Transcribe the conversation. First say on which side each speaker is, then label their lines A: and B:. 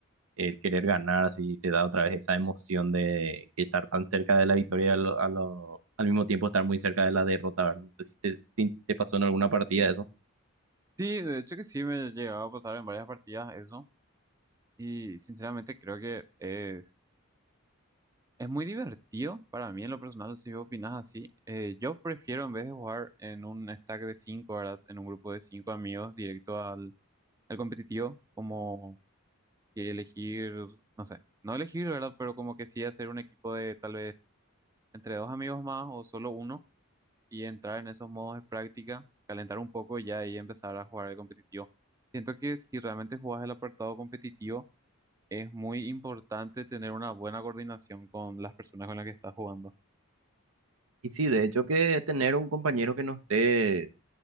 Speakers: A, on the right; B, on the right.
A: el querer ganar, así te da otra vez esa emoción de estar tan cerca de la victoria y a lo- a lo- al mismo tiempo estar muy cerca de la derrota, ¿verdad? No sé si te, si te pasó en alguna partida eso.
B: Sí, de hecho que sí, me llegaba a pasar en varias partidas eso y sinceramente creo que es, es muy divertido para mí en lo personal, si vos opinás así. Eh, yo prefiero en vez de jugar en un stack de cinco ¿verdad? En un grupo de 5 amigos directo al, al competitivo, como que elegir, no sé, no elegir, ¿verdad? Pero como que sí hacer un equipo de tal vez entre dos amigos más o solo uno y entrar en esos modos de práctica, calentar un poco y ya ahí empezar a jugar el competitivo. Siento que si realmente jugás el apartado competitivo, es muy importante tener una buena coordinación con las personas con las que estás jugando.
A: Y sí, de hecho que tener un compañero que no esté